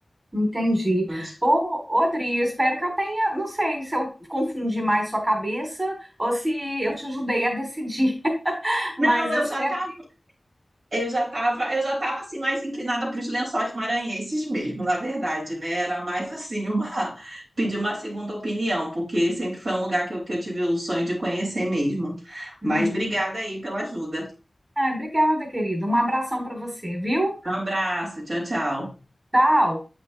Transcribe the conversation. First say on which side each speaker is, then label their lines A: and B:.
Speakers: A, on the right; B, on the right.
A: Entendi.
B: Mas...
A: Ô, ô, Adri, eu espero que eu tenha, não sei se eu confundi mais sua cabeça ou se eu te ajudei a decidir, <laughs>
B: Não,
A: mas
B: eu
A: eu espero.
B: já estava Eu já estava, eu já estava assim mais inclinada para os lençóis maranhenses mesmo, na verdade, né? Era mais assim uma <laughs> pedir uma segunda opinião, porque sempre foi um lugar que eu, que eu tive o sonho de conhecer mesmo.
A: Uhum.
B: Mas obrigada aí pela ajuda.
A: Ah, obrigada, querido. Um abração para você, viu?
B: Um abraço, tchau, tchau.
A: Tchau.